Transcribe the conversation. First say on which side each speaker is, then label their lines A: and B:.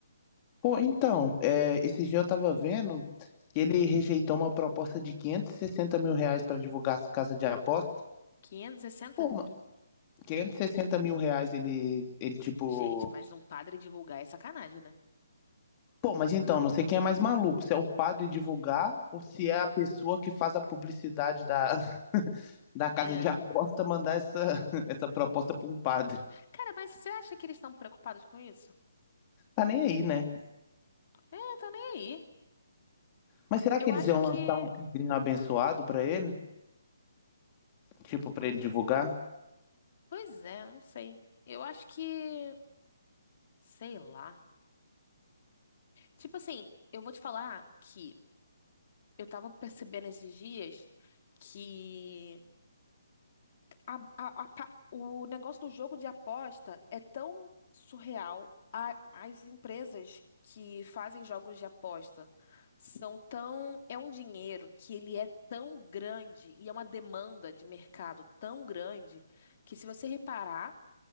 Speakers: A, on the left; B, on the left.
A: Pô, então, é, esse dia eu tava vendo que ele rejeitou uma proposta de quinhentos e sessenta mil reais para divulgar a casa de aposta.
B: Quinhentos e sessenta
A: Pô, ma- quinhentos e sessenta mil reais ele, ele tipo.
B: Gente, mas um padre divulgar é sacanagem, né?
A: Pô, mas então, não sei quem é mais maluco, se é o padre divulgar ou se é a pessoa que faz a publicidade da, <laughs> da casa
B: É.
A: de aposta mandar essa, <laughs> essa proposta pra um padre.
B: Cara, mas você acha que eles estão preocupados com isso?
A: Tá nem aí, né?
B: É, tá nem aí.
A: Mas será
B: Eu
A: que eles
B: acho
A: iam
B: que.
A: lançar um tigrinho abençoado pra ele? Tipo, pra ele divulgar?
B: Pois é, não sei. Eu acho que. Sei lá. Tipo assim, eu vou te falar que eu tava percebendo esses dias que. a- a- a pa- o negócio do jogo de aposta é tão surreal. A- as empresas que fazem jogos de aposta são tão. É um dinheiro que ele é tão grande e é uma demanda de mercado tão grande que, se você reparar,